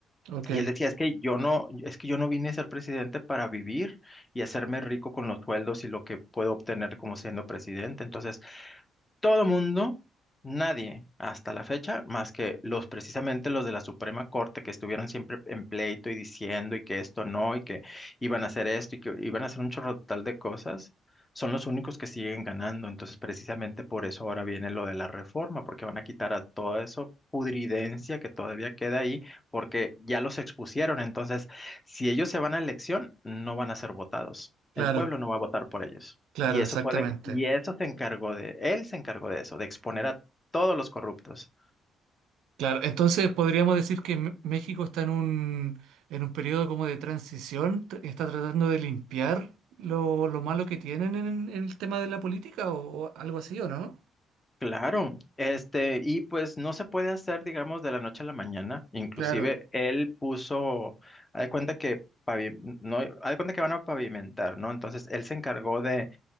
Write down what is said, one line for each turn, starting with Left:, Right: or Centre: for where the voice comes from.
Right: ok.
Left: Y él decía, es que yo no, es que yo no vine a ser presidente para vivir y hacerme rico con los sueldos y lo que puedo obtener como siendo presidente. Entonces, todo mundo, nadie hasta la fecha, más que los precisamente los de la Suprema Corte que estuvieron siempre en pleito y diciendo y que esto no y que iban a hacer esto y que iban a hacer un chorro total de cosas, son los únicos que siguen ganando. Entonces, precisamente por eso ahora viene lo de la reforma, porque van a quitar a todo eso pudridencia que todavía queda ahí, porque ya los expusieron. Entonces, si ellos se van a elección, no van a ser votados.
Right: Claro,
Left: El pueblo no va a votar por ellos.
Right: claro,
Left: Y eso
Right: exactamente.
Left: fue de, y eso se encargó de, él se encargó de eso, de exponer a todos los corruptos.
Right: Claro, entonces podríamos decir que M- México está en un, en un periodo como de transición, tr- está tratando de limpiar lo, lo malo que tienen en, en el tema de la política o, o algo así, ¿o no?
Left: Claro, este, y pues no se puede hacer, digamos, de la noche a la mañana. Inclusive
Right: Claro,
Left: él puso, haz de cuenta que pavi- no, haz de cuenta que van a pavimentar, ¿no? Entonces él se encargó de